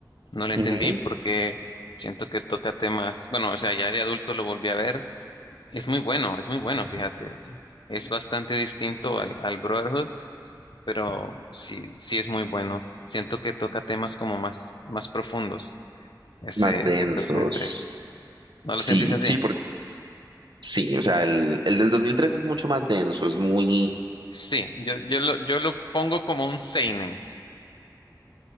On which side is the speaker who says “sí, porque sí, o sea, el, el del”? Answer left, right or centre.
Right